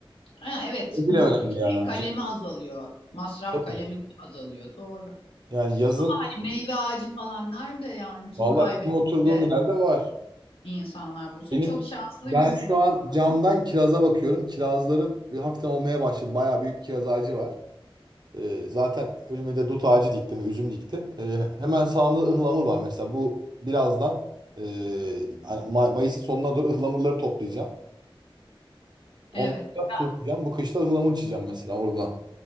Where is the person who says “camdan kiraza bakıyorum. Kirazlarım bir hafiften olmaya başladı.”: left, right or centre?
Right